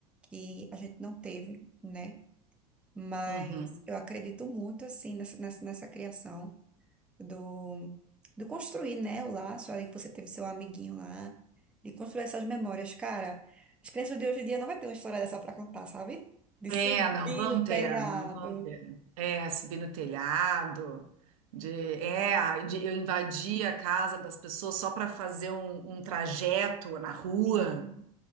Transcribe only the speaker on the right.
Uhum.
É,
não vão
ter,
não vão ter. É, subir no telhado, de, é, de eu invadir a casa das pessoas só para fazer um, um trajeto na rua,